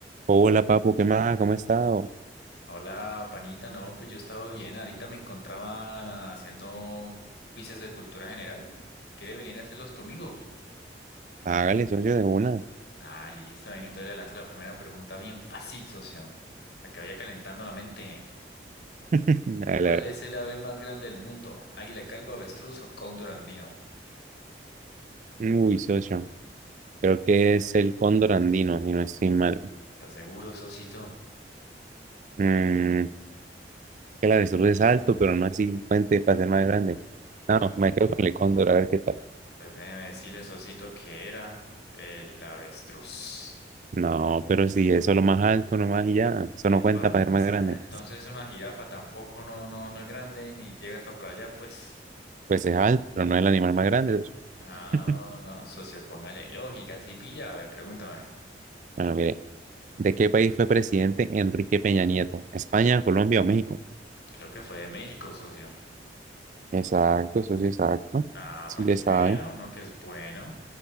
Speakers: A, on the right; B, on the left.
A: Hola, papu, ¿qué más? ¿Cómo ha estado?
B: Hola, panita. No, pues yo he estado bien. Ahorita me encontraba haciendo quizzes de cultura general. ¿Quiere venir a hacerlos conmigo?
A: Hágale, socio, de una.
B: Ah, listo. Venga, entonces le lanzo la primera pregunta bien fácil, socio. La que vaya calentando la mente.
A: <laughs> A
B: ¿Cuál
A: la-
B: es el ave más grande del mundo? ¿Águila calva, avestruz o cóndor andino?
A: Uy, socio. Creo que es el cóndor andino, si no estoy mal.
B: ¿Estás seguro, socito?
A: Mm, que la avestruz es alto, pero no así puente para ser más grande. No,
B: Pues,
A: me quedo con el cóndor, a ver qué tal.
B: pues déjeme decirle, socito, que era el avestruz.
A: No, pero si eso es lo más alto nomás y ya, eso
B: ¿Qué
A: no cuenta
B: pasa?
A: para ser más grande.
B: Entonces una jirafa tampoco no, no, no es grande ni llega hasta por allá, pues.
A: Pues es alto, pero no es el animal más grande. socio.
B: Ah,
A: <laughs>
B: no, no, socio, póngale lógica, sí pilla, a ver, pregúntame.
A: Bueno, mire, ¿de qué país fue presidente Enrique Peña Nieto? ¿España, Colombia o México?
B: Creo que fue de México, socio.
A: Exacto, socio, exacto.
B: Ah,
A: Sí
B: para
A: le
B: que
A: sabe.
B: vea, uno que es bueno,